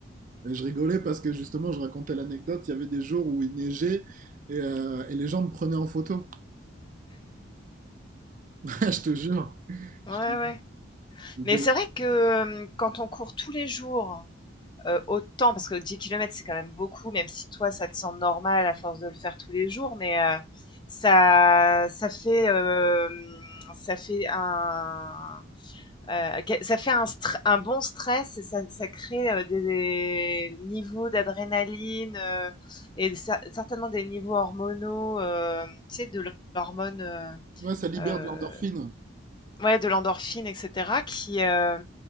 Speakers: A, on the right; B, on the left.
A: Et je rigolais parce que justement, je racontais l'anecdote, il y avait des jours où il neigeait et, euh, et les gens me prenaient en photo. <laughs> Je te jure.
B: Ouais,
A: Je te jure.
B: ouais.
A: Et
B: Mais
A: de-
B: c'est vrai que, hem, quand on court tous les jours euh, autant, parce que 10 kilomètres c'est quand même beaucoup, même si toi ça te semble normal à force de le faire tous les jours, mais euh, ça, ça fait, euh, ça fait un, euh, ça fait un, un bon stress et ça, ça crée euh, des, des niveaux d'adrénaline euh, et cer- certainement des niveaux hormonaux, euh, tu sais, de l'hormone, euh,
A: Ouais, ça libère
B: euh,
A: de l'endorphine.
B: ouais, de l'endorphine, etc., qui, euh,